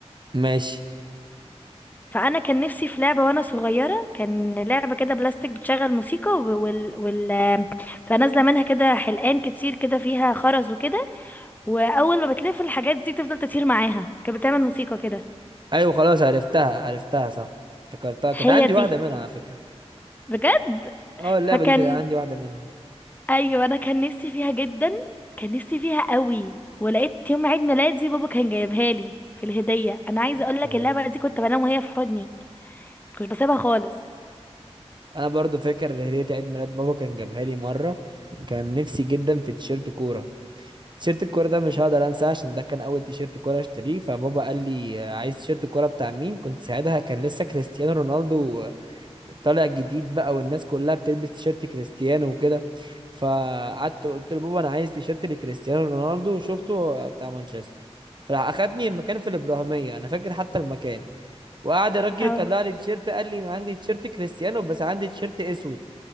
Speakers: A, on the right (about 45°); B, on the left (about 15°).
A: ماشي
B: فانا كان نفسي في لعبه وانا صغيره كان لعبه كده بلاستيك بتشغل موسيقى و- وال وال فنازله منها كده حلقان كتير كده فيها خرز وكده واول ما بتلف الحاجات دي تفضل تطير معاها كانت بتعمل موسيقى كده
A: ايوه خلاص عرفتها عرفتها صح افتكرتها
B: هي
A: كانت عندي
B: دي
A: واحده منها على فكره
B: بجد
A: اه اللعبه
B: فكان
A: دي كانت عندي واحده منها
B: ايوه انا كان نفسي فيها جدا كان نفسي فيها قوي ولقيت يوم عيد ميلادي بابا كان جايبها لي في الهديه انا عايزه
A: اوكي
B: اقول لك اللعبه دي كنت بنام وهي في حضني كنت بسيبها خالص
A: انا برضو فاكر هديه عيد ميلاد بابا كان جابها لي مره كان نفسي جدا في تيشيرت كوره تيشيرت الكورة ده مش هقدر انساه عشان ده كان اول تيشيرت كورة اشتريه فبابا قال لي آه، عايز تيشيرت الكورة بتاع مين كنت ساعتها كان لسه كريستيانو رونالدو آه، طالع جديد بقى والناس كلها بتلبس تيشيرت كريستيانو وكده فقعدت قلت له بابا انا عايز تيشيرت لكريستيانو رونالدو وشفته آه، بتاع مانشستر فراح اخدني المكان في الابراهيمية انا فاكر حتى المكان وقعد الراجل
B: اه
A: يطلع لي تيشيرت قال لي ما عندي تيشيرت كريستيانو بس عندي تيشيرت اسود